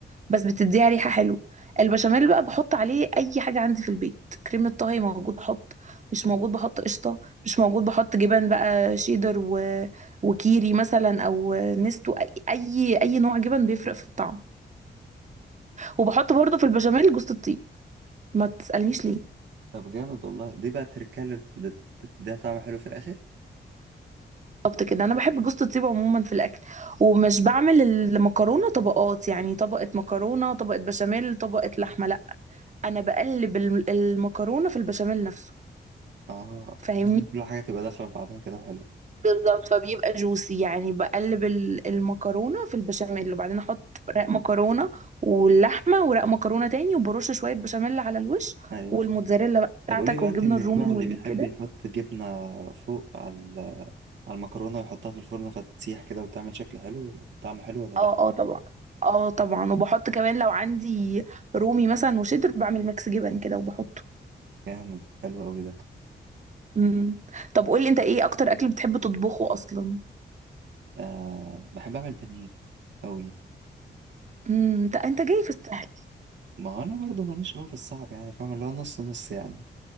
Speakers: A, on the right; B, on the right.
A: بس بتديها ريحة حلوة البشاميل بقى بحط عليه أي حاجة عندي في البيت كريمة طهي موجود بحط مش موجود بحط قشطة مش موجود بحط جبن بقى شيدر و... وكيري مثلا أو نستو أي أي نوع جبن بيفرق في الطعم وبحط برضو في البشاميل جوز الطيب ما تسألنيش ليه
B: طب جامد والله دي بقى التركية اللي بت- بت- بتديها طعم حلو في الآخر
A: بالظبط كده أنا بحب جوز الطيب عموما في الأكل ومش بعمل المكرونة طبقات يعني طبقة مكرونة طبقة بشاميل طبقة لحمة لا أنا بقلب الم- المكرونة في البشاميل نفسه
B: اه
A: فاهمني
B: بتحس إن كل حاجة تبقى داخلة في بعضها كده حلو
A: بالظبط فبيبقى جوسي يعني بقلب ال- المكرونه في البشاميل وبعدين احط رق مكرونه واللحمه ورق مكرونه تاني وبرش شويه بشاميل على الوش
B: أيوة
A: والموتزاريلا
B: فاهم.
A: بقى بتاعتك
B: طب قولي بقى
A: والجبنه
B: أنت من
A: الرومي
B: النوع
A: والكده
B: اللي بيحب يحط جبنة فوق على على المكرونة ويحطها في الفرن فتسيح كده وتعمل شكل حلو طعم حلو ولا لأ
A: اه اه طبعا اه طبعا وبحط كمان لو عندي رومي مثلا وشيدر بعمل ميكس جبن كده وبحطه
B: جامد حلو أوي ده
A: امم طب قولي انت ايه اكتر اكل بتحب تطبخه اصلا
B: آه بحب أعمل بانيه أوي
A: امم انت انت جاي في السهل
B: ما هو أنا برضو ماليش أوي في الصعب يعني فاهم اللي هو نص نص يعني